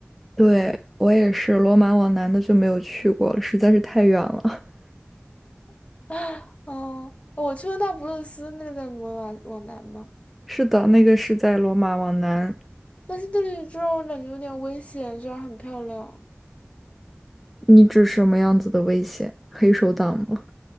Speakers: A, in the centre; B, on the left (about 30°).
A: 对，我也是，罗马往南的就没有去过了，实在是太远了。<laughs>
B: <laughs> <gasps> 嗯，我去过那不勒斯，那个在罗马往南嘛，
A: 是的，那个是在罗马往南。
B: 但是那里就让我感觉有点危险，虽然很漂亮。
A: 你指什么样子的危险？黑手党吗？